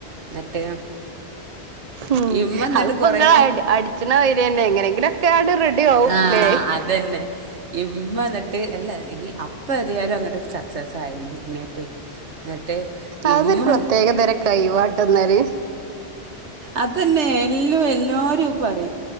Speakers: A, on the right; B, on the right.
A: ന്നിട്ട്
B: ഉം
A: ഇമ്മ എന്നിട്ട്
B: അതിപ്പോ
A: കൊറെ
B: ഇങ്ങള് അടി അടിച്ചണ മാതിരിന്നെ എങ്ങനെങ്കിലൊക്കെ ആട് റെഡി ആവും
A: ആഹ്
B: ല്ലേ
A: അത് അതന്നെ ഇമ്മന്നിട്ട് എല്ല ഈ അപ്പം എത്യാലും അങ്ങട്ട് സക്സസ് ആയിണ് ഉണ്ണിയപ് പ്പെ എന്നിട്ട്
B: അതൊരു
A: ഇമ്മ
B: പ്രത്യേക തരം കൈവാട്ട എന്നാല്
A: അതന്നെ എല്ലു എല്ലാരും പറയും